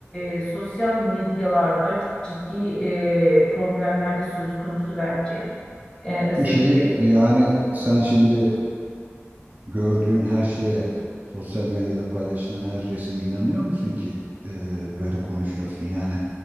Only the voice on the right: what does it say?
Peki
şey e, yani sen şimdi gördüğün her şeye, sosyal medyada paylaşılan her resme inanıyor musun ki e, böyle konuşuyorsun? Yani